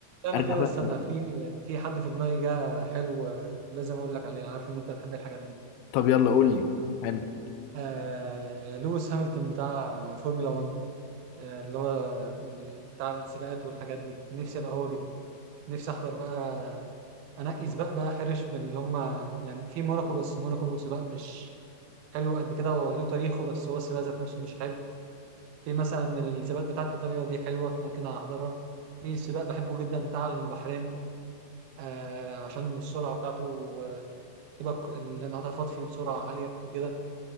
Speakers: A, on the right; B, on the left.
A: انا
B: ارجع
A: كده
B: بقى
A: استنى في في حد في دماغي جه حلو آه، لازم اقول لك عليه انا عارف ان انت بتحب الحاجات دي
B: طب يلا قول لي حلو
A: آه لويس هامilton بتاع فورمولا 1 آه، اللي هو ال- بتاع السباقات والحاجات دي نفسي ابقى هو جدا نفسي احضر بقى انقي سباق بقى حرش من اللي هم يعني في موناكو بس موناكو سباق مش حلو قد كده هو له تاريخه بس هو السباق ذات نفسه مش حلو في مثلا السباقات بتاعت ايطاليا دي حلوه ممكن احضرها في سباق بحبه جدا بتاع البحرين آه عشان السرعه بتاعته آه، تبقى ك- الانعطافات فيه بسرعه عاليه وكده